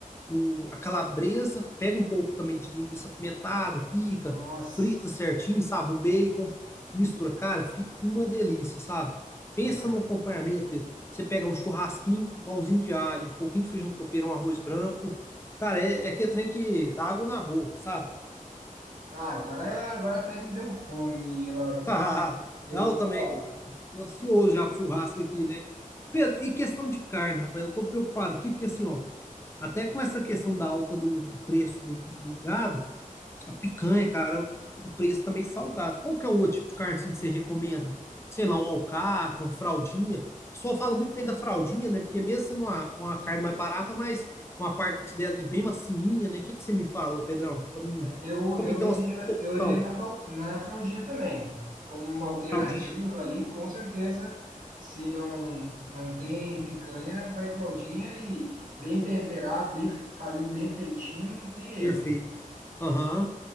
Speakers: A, on the left (about 20°); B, on the right (about 75°).
A: o, a calabresa, pega um pouco também de linguiça pimentada, pica,
B: Nossa,
A: frita certinho, sabe? O bacon, mistura. Cara, fica uma delícia, sabe? Pensa
B: lá.
A: no acompanhamento, Pedro. Você pega um churrasquinho com pãozinho de alho, um pouquinho de feijão tropeiro, um arroz branco. Cara, é, é aquele trem que dá água na boca, sabe?
B: ah, agora, agora até me deu fome, Lauro.
A: <laughs>
B: Eu,
A: Não, também
B: ó,
A: Tô ansioso já pro churrasco aqui, né? Pedro, e questão de carne, rapaz, eu tô preocupado aqui, porque assim, ó, até com essa questão da alta do, do preço do, do gado, a picanha, cara, o preço tá meio salgado. Qual que é o outro tipo de carne assim, que você recomenda? Sei lá, um alcatra, uma fraldinha. O pessoal fala muito bem da fraldinha, né? Porque mesmo sendo uma, uma carne mais barata, mas uma parte dela ali bem macinha, né? O que que você me fala, ô Pedrão? Pra mim,
B: eu,
A: pra
B: eu
A: mim ter
B: iria,
A: uma segunda opção,
B: eu iria na, fal- na fraldinha também, como uma alternativa
A: fraldinha, né?
B: ali, com certeza. Se não, não tem picanha, vai fraldinha e bem temperado, bem fazendo bem feitinho, não tem erro.
A: Perfeito. Aham.